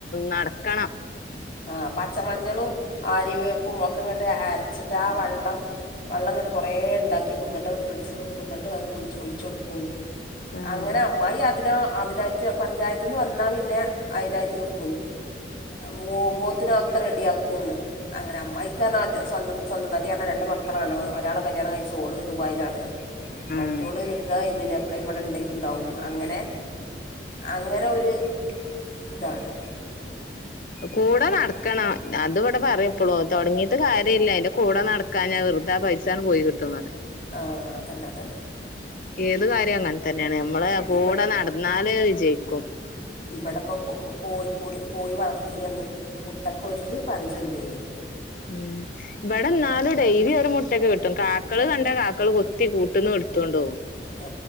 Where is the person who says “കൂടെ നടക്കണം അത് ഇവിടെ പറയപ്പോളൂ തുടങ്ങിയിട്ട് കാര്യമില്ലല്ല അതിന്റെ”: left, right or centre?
Left